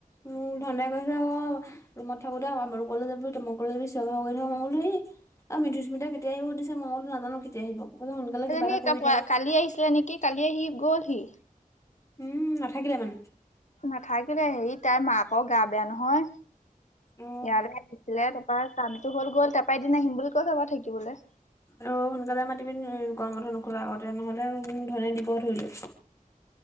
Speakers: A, on the left (about 20°); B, on the left (about 55°).
A: মোৰ ধন দাই কৈছে ক ৰুমত থাকো দে আমাৰো কলে যাব তোম কলে চা ভা কৰি থাক মই বুলো এই অ মিধুস্মিতা কেতিয়া আহিব সুধিছে মই বুলো নাজানো কেতিয়া আহিব? কৈছে সোনকালে কিবা
B: এজনী
A: এটা কৰি
B: তই কোৱা
A: দে
B: কালি আহিছিলে নেকি কালি আহি গ'লহি।
A: উম নাথাকিলে মানে।
B: নাথাকিলে হেৰি তাইৰ মাকৰ গা বেয়া নহয়,
A: অ
B: ইয়ালে আহিছিলে তাৰ কামটো হ'ল গ'ল তাৰপা এদিন আহিম বুলি কৈ থৈ গ'ল থাকিবলে।
A: অ সোনকালে মাতিবিন, এই গৰম বন্ধ নুখোলা আগতে নহলে উম ধনে দিব ধৰি লৈ।